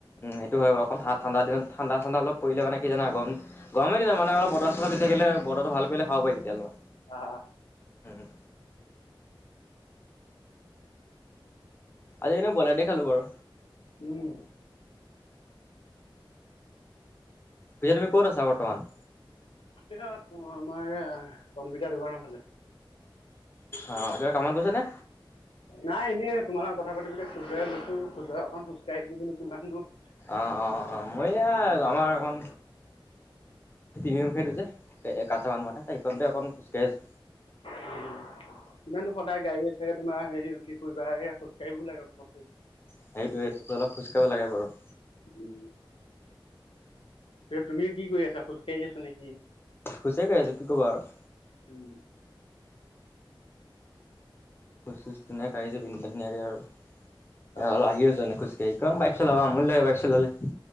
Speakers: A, on the left (about 25°); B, on the left (about 85°).
A: উম, সেইটো হয় বাৰু। অকন ঠাণ্ড দিনতডা ঠাণ্ডা চান্দা অলপ পৰিলে মানে কি জানা গৰম গৰমৰ দিনত ইো বতা চতা দি থাকিলে বতৰটো ভাল কৰিলে খাব পাৰি তেতিয়া অলপ।
B: অ'।
A: উম। আজি এনেই ব্ৰইলাৰ দি খালোঁ বাৰু।
B: উম।
A: এতিয়া তোমি ক'ত আছা বৰ্তমান?
B: এয়া আমাৰ এই কম্পিউটাৰ দোকানৰ ফালে।
A: অ', দেউতা কামত গৈছ নে?
B: নাই এনেই তোমাৰ লগত কথা পাতিবলৈ খোজুৱই গৈছোঁ, খোজৰে অকন খোজকাঢ়ি বোলোঁ কিমান নো <unintelligible>
A: অ', অ', অ', মই এয়া আমাৰ অকণ সেই <unintelligible> যে এ এই <unintelligible> সেইখনতে অকণ খোজকাঢ়ি আছোঁ।
B: উম, কিমাননো সদায় গাড়ী আছে তোমাৰ হেৰি উঠি ফুৰিবা এই খোজকাঢ়িব লাগে অকণমান।
A: সেইটোৱেটো, অলপ খোজ কাঢ়িব লাগে বাৰু।
B: উম, তে তুমি কি কৰি আছা, খোজকাাঢ়ি আছা নেকি।
A: খোজেই কাঢ়ি আছো, কি কৰিবা আৰু।
B: উম।
A: খোজ চোজ ধুনীয়াকে কাঢ়ি আছোঁ, ধুনীয়াকে আৰু
B: অ',
A: এ আৰু আহি আছো এনে খোজ সেই খন বাইক চলাব আমনি লাগে বাইক চলালে।